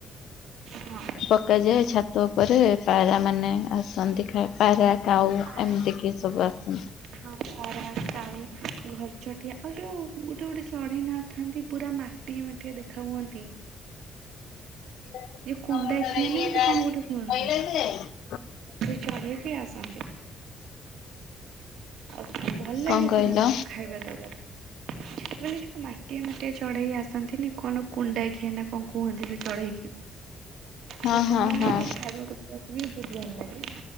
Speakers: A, on the right; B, on the left.
A: ହଁ
B: ପକାଯାଏ। ଛାତ୍ ତୋପରେ ପାରା ମାନେ ଆସନ୍ତି, ଖ ପାରା କାଉ
A: ପାରା
B: ଏମିତି କିି ସବୁ ଆସନ୍ତି।
A: ହଁ ପାରା କାଉ ଘ ଚଟିିଆ ଆଉ ଯୋଉଁ ଗୋଟେ ଗୋଟେ ଚଢ଼େଇ ନଥାନ୍ତି ପୁରା ମାଟିଏ ମାଟିଏ ଦେଖା ହୁଅନ୍ତି?
B: ଟା
A: ଯୋଉ କୁଣ୍ଡାଖିଆ
B: ଅଛି
A: ନା ଏମିତି
B: କହିବା
A: କଣ ଗୋଟେ କୁହନ୍ତି।
B: କି ଯାଇ। <inaudible>
A: ସେ ଚଢେଇ ବିି ଆସନ୍ତି। ଆଉ ଭଲ ଲାଗେ
B: କଣ କହିଲ?
A: ସେମାନଙ୍କୁ ଖାଇବା ଦବାକୁ। ମାନେ ଯଉଁ ମାଟିଆ ମାଟିଆ ଚଢ଼େଇ ଆସନ୍ତିନି କଣ କୁଣ୍ଡା ଖିଆ ନା କଣ କୁହନ୍ତି ସେ ଚଢ଼େଇକି।
B: ହଁ
A: ତ ସେମାନଂକୁ
B: ହଁ ହଁ
A: ଖାଇବାକୁ ଦେବାକୁ ବି ବହୁତ ଭଲ ଲାଗେ